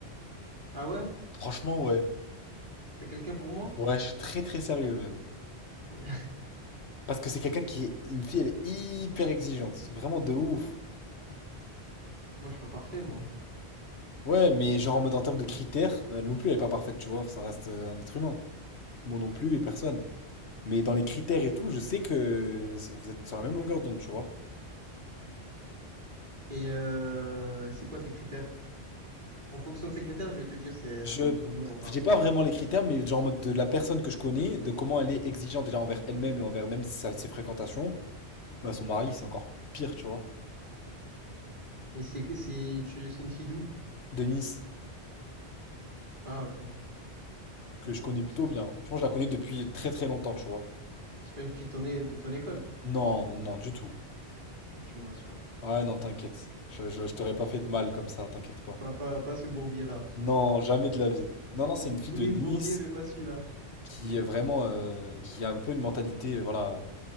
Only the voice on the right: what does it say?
Ah ouais?
T'as quelqu'un pour moi?
<laughs>
Moi, je suis pas parfait, moi.
Et euh, c'est quoi ces critères? En fonction de ces critères, je vais te dire si elle
va me convenir ou pas.
Et c'est que c'est tu c'est une fille d'où?
Ah ok.
C'est pas,
c'est pas une fille de ton, é- de ton école.
Ah, Tu me rassures.
Pas pas pas ce bourbier-là.
Tous
les
bourbiers, mais pas celui-là.